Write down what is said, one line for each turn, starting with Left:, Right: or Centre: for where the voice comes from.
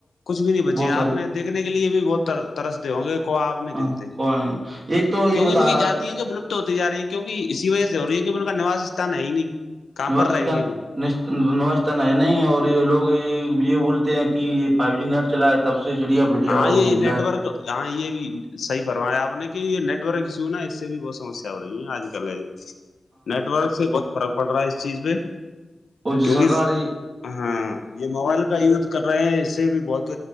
Left: کچھ بھی نہیں بچی
Right: بہت ساری
Left: آپ نے دیکھنے کے لیے بھی بہت ترستے ہوں گے کوو آپ نہیں
Right: ہاں،
Left: دیکھتے
Right: نہیں ایک تو یہ
Left: کیوںک
Right: بتا
Left: ان کی
Right: رہا
Left: جاتیں
Right: ہے
Left: جو ولپت ہوتی جا رہی ہیں کیوںک اسی وجہ سے ہو رہی ہیں کی ان کا نوسستھان ہے ہی نہیں کہاں
Right: ن
Left: پر رہیں
Right: ستان
Left: گے بھی
Right: <unintelligible> نتن ہے نہیں اور یہ لوگ یہ یہ بولتے ہیں کہ یہ فائیو جی نیٹ چلائے تب پ سے چڑیا ویڈیا
Left: ہاں
Right: ہو
Left: یہ
Right: ج
Left: نیٹ
Right: گا ہے
Left: ورک ہاں یہ بھی صحیح فرمایا آپ نے کیوں یہ نیٹ ورک ایشو نا اس سے بھی بہت سمسیا ہو رہی ہے آج ے نیٹورک سے بہت فرق پڑ رہا ہے اس چیز پہ
Right: اور جو
Left: کیونکہ
Right: سرکار
Left: ہاں یہ موبائل کا یوز کر رہے ہیں اس سے بھی بہت